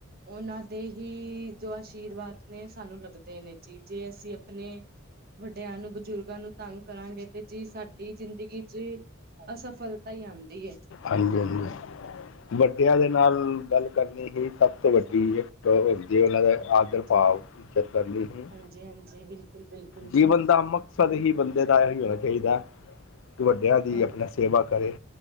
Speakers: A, on the right; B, on the left.
A: ਉਹਨਾਂ ਦੇ ਹੀ ਜੋ ਆਸ਼ੀਰਵਾਦ ਨੇ ਸਾਨੂੰ ਲੱਗਦੇ ਨੇ ਜੀ, ਜੇ ਅਸੀਂ ਆਪਣੇ ਵੱਡਿਆਂ ਨੂੰ ਬਜ਼ੁਰਗਾਂ ਨੂੰ ਤੰਗ ਕਰਾਂਗੇ ਤੇ ਜੀ ਸਾਡੀ ਜ਼ਿੰਦਗੀ ਚ ਅਸਫਲਤਾ ਹੀ ਆਉਂਦੀ ਹੈ।
B: ਹਾਂਜੀ-ਹਾਂਜੀ, ਵੱਡਿਆ ਦੇ ਨਾਲ ਗੱਲ ਕਰਨੀ ਹੀ ਸਭ ਤੋਂ ਵੱਡੀ ਇੱਕ ਹੁੰਦੀ, ਉਹਨਾਂ ਦਾ
A: ਹਾਂਜੀ
B: ਆਦਰ
A: ਹਾਂਜੀ
B: ਭਾਵ ਇੱਜ਼ਤ ਕਰਨੀ ਹੀ।
A: ਜੀ ਹਾਂਜੀ-ਹਾਂਜੀ, ਬਿਲਕੁਲ। ਬਿਲਕੁਲ
B: ਜੀਵਨ ਦਾ ਮਕਸਦ ਹੀ, ਬੰਦੇ ਦਾ ਇਹੀ ਹੋਣਾ ਚਾਹੀਦਾ। ਵੱਡਿਆਂ ਦੀ
A: ਹਾਂ
B: ਆਪਣਾ ਸੇਵਾ ਕਰੇ।